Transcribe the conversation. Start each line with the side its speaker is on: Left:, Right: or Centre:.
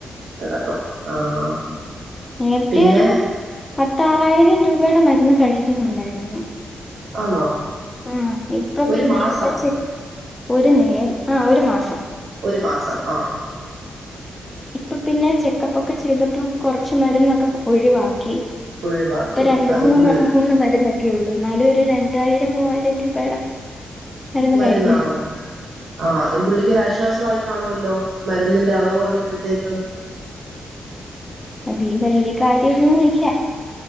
Right: കിടക്കും ആഹ്
Left: ഉം. നേരത്തെ
Right: പിന്നെ
Left: ഒരു പത്താറായിരം രൂപയുടെ മരുന്ന് കഴിക്കുന്നുണ്ടായിരുന്നു
Right: ആന്നോ
Left: ആഹ് ഇപ്പം
Right: ഒരു
Left: പിന്നെ
Right: മാസം
Left: ഇപ്പം ചി ഒരു നേര് ആഹ് ഒരു മാസം
Right: ഒരു മാസം ആഹ്
Left: ഇപ്പൊ പിന്നെ ചെക്കപ്പ് ഒക്കെ ചെയ്തപ്പം കുറച്ച് മരുന്നൊക്കെ ഒഴിവാക്കി
Right: ഒഴിവാക്കി
Left: ഇപ്പം രണ്ട്
Right: അത്
Left: മൂന്ന്
Right: ഫുള്ള്
Left: മൂന്ന് മരുന്നൊക്കെയുള്ളൂ എന്നാലും ഒരു രണ്ടായിരം മൂവായിരം രൂപയുടെ മരുന്ന്
Right: മരുന്നാവും.
Left: കഴിക്കുന്നുണ്ട്
Right: ആഹ് അതും പുള്ളിക്കൊരാശ്വാസായി കാണുവല്ലോ മരുന്നിന്റെ അളവ് കൊറഞ്ഞപ്പഴ്ത്തേക്ക്.
Left: അതീ വല്യ കാര്യൊന്നുല്ല.